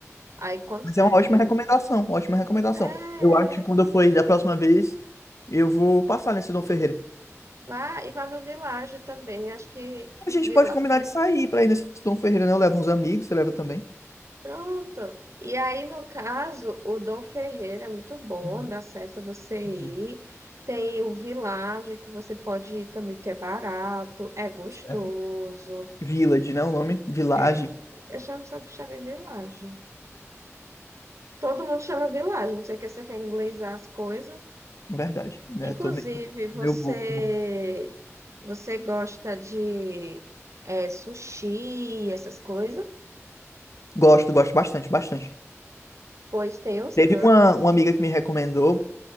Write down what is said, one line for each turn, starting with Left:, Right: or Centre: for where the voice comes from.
Right: Aí quando
Left: Mas
Right: você
Left: é uma
Right: vir.
Left: ótima recomendação, ótima recomendação.
Right: É,
Left: Eu acho que
Right: é.
Left: quando eu for aí da próxima vez, eu vou passar nesse Dom Ferreira.
Right: lá e lá no Village também, acho que
Left: A gente
Right: Village.
Left: pode combinar de sair pra ir nesse Tom Ferreira, né? Eu levo uns amigos, você leva também,
Right: Pronto. E aí, no caso, o Dom Ferreira é muito bom,
Left: Uhum,
Right: dá certo você ir.
Left: uhum.
Right: Tem o Village que você pode ir também, porque é barato, é gostoso.
Left: certo? Village, né? O nome? Village,
Right: É, eu chamo sempre chamo de Village. Todo mundo chama Village, não sei que você quer inglesar as coisas.
Left: na verdade, né?
Right: Inclusive,
Left: Tô meio,
Right: você
Left: meio burro.
Right: você gosta de é, sushi, essas coisas?
Left: Gosto, gosto bastante, bastante.
Right: Pois tem os
Left: Teve
Right: cantos.
Left: uma, uma amiga que me recomendou,